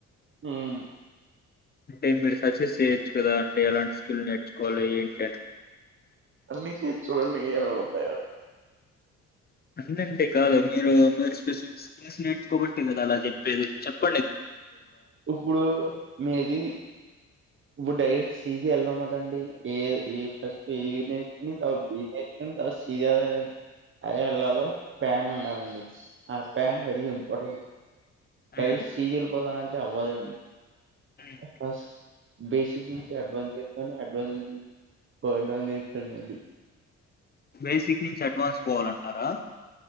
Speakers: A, on the right; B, on the left.
A: ఉమ్,
B: అంటే మీరు సజెస్ట్ చేయొచ్చు కదా అంటే ఎలాంటి స్కిల్ నేర్చుకోవాలి ఏంటన్నీ
A: అన్నీ చేయొచ్చు అన్నీ ఏముంది
B: అన్నీ అంటే కాదు మీరు మీరు స్పెసిఫిక్ స్కిల్స్ నేర్చుకోబట్టే కదా అలా చెప్పేది చెప్ప
A: ఇప్పుడు మీది బుడై సీది ఎళ్లంమజ్ండీ ఏ ఏ ఫస్ట్ ఏ వేసుకని తర్వాత బీ ఏసుకొన్నీ తర్వాత సీది అదే వెళ్ళాల ఫ్యాన్ ఉండండి ఆ ఫ్యాన్
B: హ్మ్.
A: వెరీఇంపోర్టెట్
B: హ్మ్.
A: అ సీరిల్ నింతే అవ్వదండి
B: హ్మ్.
A: అఫ బేసిస్ నుంచి అడ్వాన్సని అడ్వాన్సజ అడ్వాన్ండి
B: బేసిక్ నుంచి అడ్వాన్స్ పోవాలంటారా